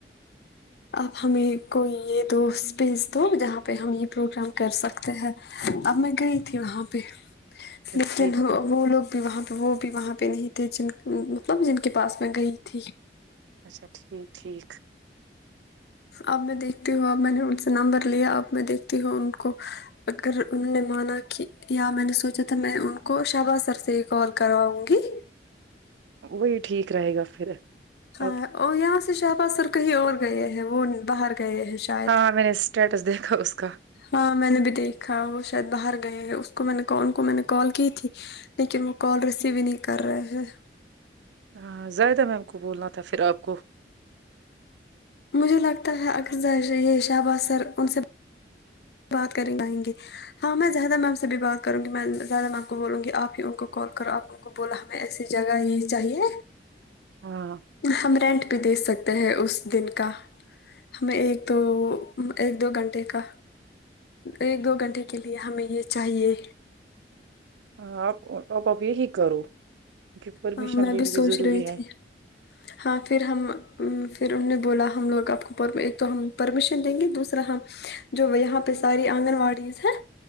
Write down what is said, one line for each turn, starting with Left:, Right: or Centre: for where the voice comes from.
Left: اپ ہمیں کوئی یہ دو اسپیس دو جہاں پہ ہم یہ پروگرام کر سکتے ہیں اب میں گئی تھی وہاں پہ
Right: اچھا
Left: لیکن
Right: ٹھیک
Left: وہ لوگ بھی وہاں پہ وہ بھی وہاں پہ نہیں تھے جن مطلب جن کے پاس میں گئی تھی
Right: اچھا ٹھیک ٹھیک
Left: اب میں دیکھتی ہوں اب میں نے ان سے نمبر لیا اب میں دیکھتی ہوں ان کو اگر انہوں نے مانا کہ یا میں نے سوچا تھا میں ان کو شہبا سر سے ہی کال کرواؤں گی
Right: وہی ٹھیک رہے گا پھر
Left: ہاں
Right: اب
Left: ا یا شاہباز سر کہیں اور گئے ہیں وہ باہر گئے ہیں شاید
Right: ہاں میں نے اسٹیٹس دیکھا اس کا
Left: ہاں میں نے بھی دیکھا وہ شاید باہر گئے اس کو میں ان کو میں نے کال کی تھی لیکن وہ کال ریسیو ہی نہیں کر رہے ہیں
Right: ہاں زائدہ میم کو بولنا تھا پھر آپ کو
Left: مجھے لگتا ہے اکرذا یہ شہب سر ان سے بات کریں لائیں گے ہاں میں زیادہ میم سے بھی بات کروں گی میں زیادہ میم کو بولوں گی آپ ہی ان کو کال کرو آپ ان کو بولا ہمیں ایسی جگہ یہ چاہیے
Right: ہاں
Left: ہم رینٹ بھیہ دے سکتے ہیں اس دن کا ہمیں ایک تو ایک دو گھنٹے کا ایک دو گھنٹے کے لیے ہمیں یہ چاہیے
Right: ہاںپ آپا بھی ٹھیک کرو کی پرمیشن
Left: ہاں میں
Right: لینی
Left: بھی سوچ
Right: ضروری
Left: رہی
Right: ہے
Left: تھی ہاں پھر ہم پھر انہوں نے بولا ہم لوگ آپ کو ایک تو ہم پرمیشن دیں گے دوسرا ہم جو یہاں پہ ساری آنگن واڑی ہیں